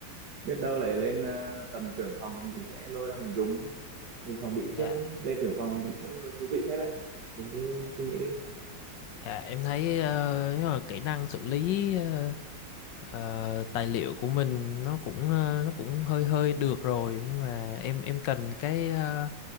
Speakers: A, on the right (about 60°); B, on the left (about 70°).
A: biết đâu lại lên ờ, tầm trưởng phòng mình sẽ lôi ra mình dùng mình phòng bị
B: dạ
A: trước lên trưởng phòng là một cũng thú vị phết đấy mình cứ suy nghĩ đi
B: dạ em thấy ờ, nếu mà kỹ năng xử lý ờ, ờ, tài liệu của mình nó cũng ờ, nó cũng hơi hơi được rồi nhưng mà em em cần cái ờ,